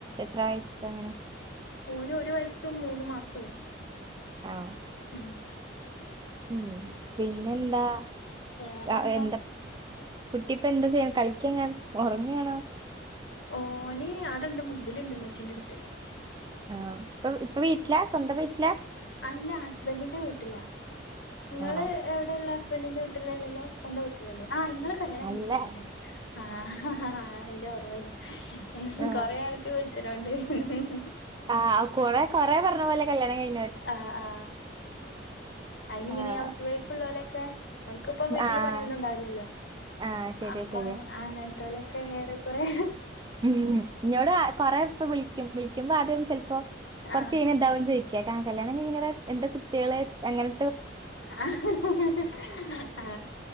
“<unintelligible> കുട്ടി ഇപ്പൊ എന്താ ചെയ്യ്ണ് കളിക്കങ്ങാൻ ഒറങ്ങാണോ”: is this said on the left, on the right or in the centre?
Right